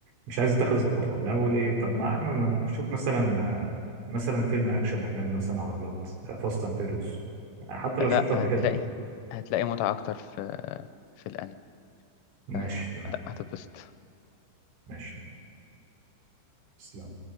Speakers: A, on the right; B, on the left.
A: مش عايز أتخذ الخطوة اللي أنا بقول إيه طب ما ما- ما- شوف مثلا آه، مثلا فيلم أكشن أجنبي مثلا عربيات فاست أند فيريوس حتى لو
B: لا
A: شفته قبل
B: هتلاقي
A: كده
B: هتلاقي متعه اكتر في آه، في الانمي
A: ماشي
B: آه،
A: تمام
B: لا هتتبسط
A: ماشي تسلم